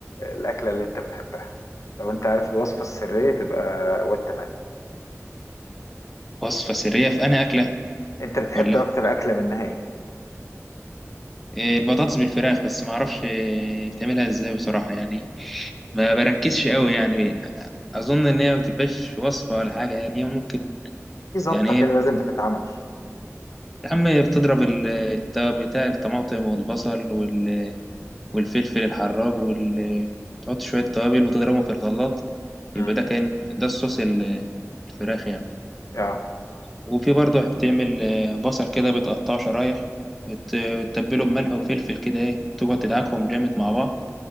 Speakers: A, on the left; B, in the centre.
A: الأكلة اللي انت بتحبها لو انت عارف الوصفة السرية تبقى والتمام
B: وصفه سريه في انا اكله
A: انت بتحب
B: ولا
A: اكتر
B: في
A: أكلة منها ايه
B: إيه، البطاطس بالفراخ بس ما اعرفش إيه، بتعملها ازاي بصراحه يعني ما بركزش قوي يعني اظن ان هي ما بتبقاش وصفه ولا حاجه يعني هي ممكن
A: في ظبطة
B: يعني
A: كده
B: هي
A: لازم بتتعمل
B: يا عم بتضرب ال- الت- بتاع الطماطم والبصل وال- والفلفل الحراج وال تحط شويه توابل وتضربهم في الخلاط
A: امم
B: يبقى ده كان ده الصوص ال- الفراخ يعني
A: اه
B: وفي برضه بتعمل آه، بصل كده بتقطعه شرايح وت- وتتبله بملح وفلفل كده ايه وتقعد تدعكهم جامد مع بعض